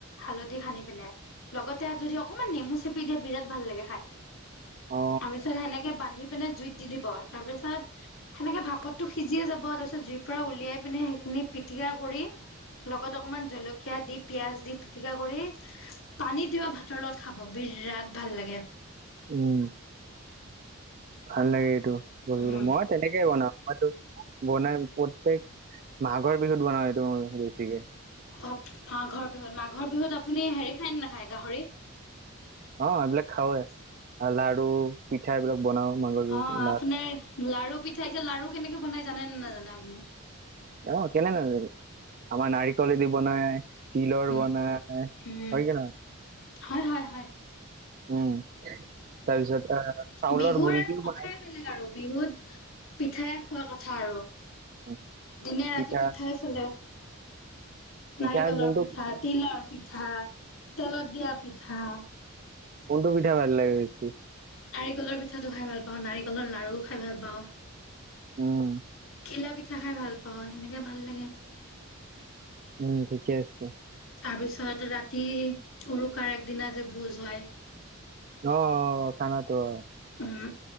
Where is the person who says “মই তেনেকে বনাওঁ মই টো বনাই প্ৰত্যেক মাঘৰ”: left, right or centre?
Right